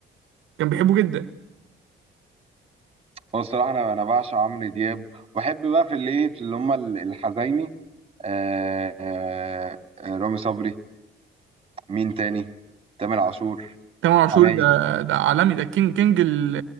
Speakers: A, on the right; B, on the right.
A: كان بيحبه جدا
B: هو الصراحه انا انا بعشق عمرو دياب وبحب بقى في الايه في اللي هم ال- الحزيني آه آه آه، رامي صبري مين تاني تامر عاشور
A: تامر عاشور
B: حماقي
A: ده ده عالمي ده كينج كينج ال-